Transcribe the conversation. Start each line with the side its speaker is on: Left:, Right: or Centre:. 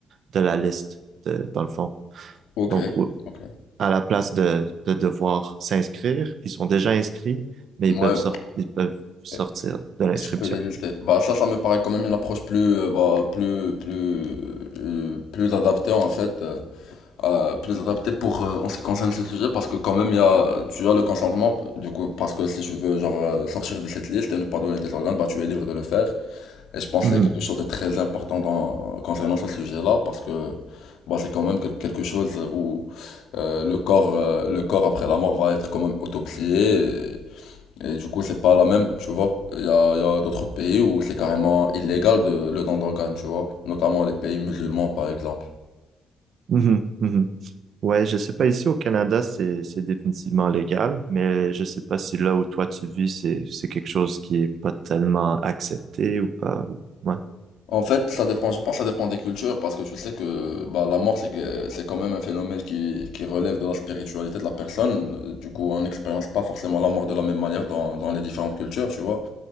Right: de la liste, de, dans le fond.
Left: Ok,
Right: Donc, au-
Left: ok.
Right: à la place de, de devoir s'inscrire, ils sont déjà inscrits, mais
Left: Ouais,
Right: ils peuvent, sort- ils peuvent sortir
Left: et,
Right: de l'inscription.
Left: et tu peux délister. Bah, ça, ça me paraît quand même une approche plus, euh, bah, plus, plus, euh, plus adaptée, en fait, euh, à- plus adaptée pour, euh, en ce qui concerne ce sujet, parce que quand même, il y a, tu as le consentement, du coup, parce que si tu veux, genre, euh, sortir de cette liste et ne pas donner tes organes, bah, tu es libre de le faire. Et je pense
Right: Mhm,
Left: qu'il y a quelque chose de très important dans, concernant ce sujet-là, parce que bah, c'est quand même quel- quelque chose où euh, le corps, euh, le corps après la mort va être quand même autopsié, et, et du coup, c'est pas la même, tu vois. Il y a, il y a d'autres pays où c'est carrément illégal de, le don d'organes, tu vois, notamment les pays musulmans, par exemple.
Right: mhm, mhm. Ouais, je sais pas, ici au Canada, c'est c'est définitivement légal, mais je sais pas si là où toi tu vis, c'est c'est quelque chose qui est pas tellement accepté ou pas. ou- Ouais.
Left: En fait, ça dépend, je pense que ça dépend des cultures, parce que tu sais que bah, la mort, c'est que- c'est quand même un phénomène qui, qui relève de la spiritualité de la personne. Du coup, on n'expérience pas forcément la mort de la même manière dans, dans les différentes cultures, tu vois.